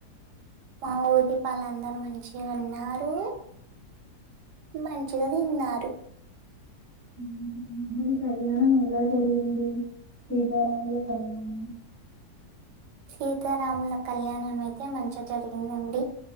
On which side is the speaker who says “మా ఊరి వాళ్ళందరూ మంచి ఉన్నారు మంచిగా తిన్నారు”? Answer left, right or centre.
Right